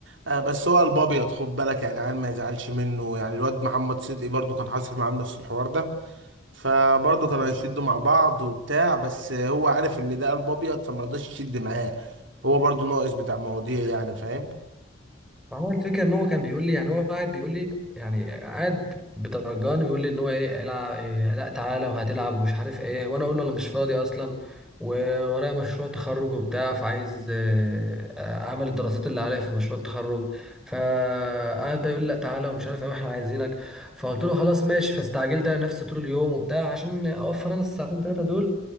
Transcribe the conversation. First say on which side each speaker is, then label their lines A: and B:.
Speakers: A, on the right; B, in the centre.
A: آه، بس هو قلب ابيض خد بالك يعني عيل ما يزعلش منه يعني الواد محمد صدقي برضو كان حاصل معاه نفس الحوار ده فبرضه كانوا
B: آه.
A: هيشدوا مع بعض وبتاع بس هو عارف ان ده قلب ابيض فما رضاش يشد معاه هو برضه ناقص بتاع مواضيع يعني فاهم
B: هو الفكره ان هو كان بيقول لي يعني هو قاعد بيقول لي يعني قاعد بترجاني بيقول لي ان هو ايه العب إيه لا تعالى وهتلعب ومش عارف ايه وانا اقول له انا مش فاضي اصلا وورايا مشروع تخرج وبتاع فعايز آه، اعمل الدراسات اللي عليا في مشروع التخرج فقعد بقى يقول لي لا تعالى ومش عارف ايه واحنا عايزينك فقلت له خلاص ماشي فاستعجلت انا نفسي طول اليوم وبتاع عشان اوفر انا الساعتين ثلاثه دول